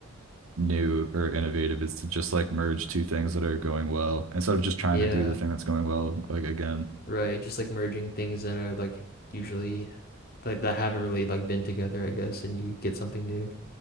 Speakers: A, on the right; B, on the left.
A: new or innovative is to just like merge two things that are going well instead of just trying
B: Yeah,
A: to do the thing that's going well like again.
B: right. Just like merging things that are like usually like that haven't really like been together, I guess, and you get something new.